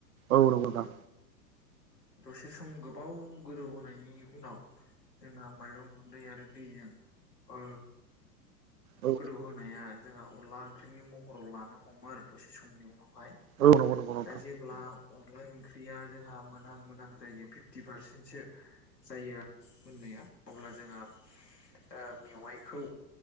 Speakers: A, on the right; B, on the left.
A: औ नंगौ नोंथां
B: दसे सम गोबाव गोदौ होनायनि उनाव जोंहा माइरं गुन्दै आरो दैजों ओ
A: औ
B: गोदौहोनाया जोंहा अनला ओंख्रिनि महराव लानो हमो आरो दसे समनि उनाव वाइ
A: औ नंगौ नंगौ नोंथां
B: दा जेब्ला अनला ओंख्रि ख्रिया जोंहा मोनहां मोनहां जायो फिफ्टि पारसेन्टसो जायो मोननाया अब्ला जोंहा ओ मेवाइखौ